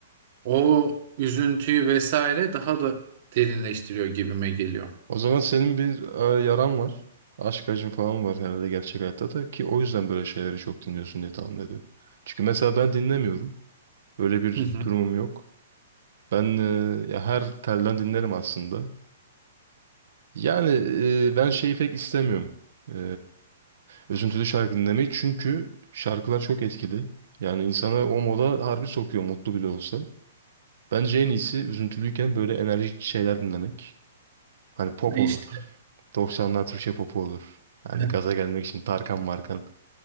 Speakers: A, on the right; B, on the right.
A: o üzüntüyü vesaire daha da derinleştiriyor gibime geliyor.
B: O zaman senin bir e, yaran var. Aşk acın falan var herhalde gerçek hayatta da ki o yüzden böyle şeyleri çok dinliyorsun diye tahmin ediyorum. Çünkü mesela ben dinlemiyorum. Öyle bir
A: Hı hı.
B: durumum yok. Ben e, ya her telden dinlerim aslında. Yani e, ben şeyi pek istemiyorum. E, üzüntülü şarkı dinlemeyi çünkü şarkılar çok etkili. Yani insana o moda harbi sokuyor mutlu bile olsa. Bence en iyisi üzüntülüyken böyle enerjik şeyler dinlemek. Hani pop
A: İşte
B: olur. 90'lar Türkçe popu olur. Hani
A: <laughs>
B: gaza gelmek için Tarkan Markan.